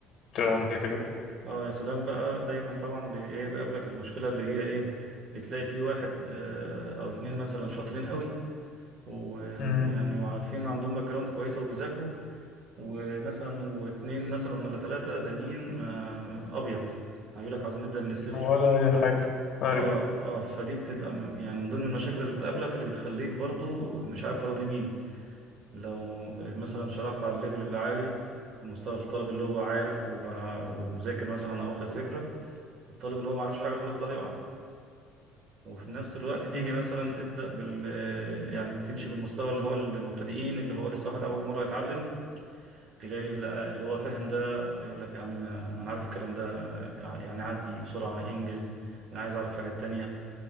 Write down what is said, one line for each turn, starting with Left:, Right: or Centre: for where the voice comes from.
Left: بتبقى مميكة كده
Right: اه يا سلام بقى دايما طبعا بي- ايه بيقابلك المشكله اللي هي ايه بتلاقي في واحد آه، او اتنين مثلا شاطرين قوي ويعني
Left: مم.
Right: وعارفين عندهم باك جراوند كويسه وبيذاكروا ومثلا واتنين مثلا ولا تلاتة تانيين ما أبيض هيقول لك عاوزين نبدأ من الصفر
Left: ولا أي حاجة أيوة
Right: اه اه فدي بتبقى م- يعني من ضمن المشاكل اللي بتقابلك اللي بتخليك برضو مش عارف تراضي مين لو آه، مثلا شرحت على الليفل اللي عالي المستوى الطالب اللي هو عارف وع- ومذاكر مثلا او واخد فكرة الطالب اللي هو معرفش حاجة خلاص ده هيقع وفي نفس الوقت تيجي
Left: مم.
Right: مثلا تبدأ بال آه، يعني تمشي بالمستوى اللي هو المبتدئين اللي هو لسه واحد أول مرة يتعلم تلاقي ال- اللي هو فاهم ده يقول لك يا عم ما انا عارف الكلام ده يعني عدي بسرعة انجز انا عايز اعرف حاجات تانية